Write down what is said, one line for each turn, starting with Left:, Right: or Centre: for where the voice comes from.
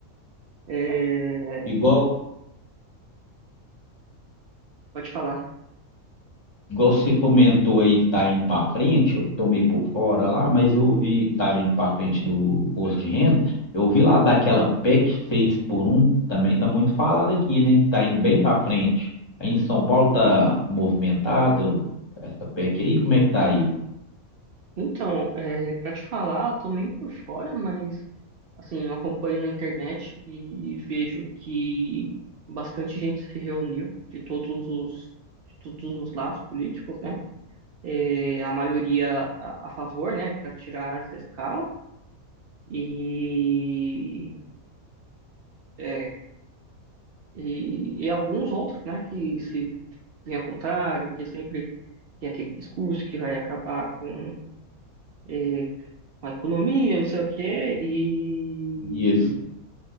Right: é, é,
Left: Igual,
Right: pode falar.
Left: igual você comentou aí que tá indo para frente, eu tomei por fora lá, mas eu vi que tava indo para frente do imposto de renda. Eu vi lá daquela PEC 6 por um também tá muito falado aqui, né? Tá indo bem para frente. Aí em São Paulo tá movimentado essa PEC aí, como é que tá aí?
Right: Então, é, pra te falar, eu tô meio por fora, mas assim, eu acompanho na internet e vejo que bastante gente se reuniu de todos os, de todos os lados políticos, né? É, a maioria a, a favor, né, para tirar essa escala. E é, e, e alguns outros, né, que se vêm ao contrário, porque sempre tem aquele discurso que vai acabar com, eh, com a economia, não sei o quê, e,
Left: Isso.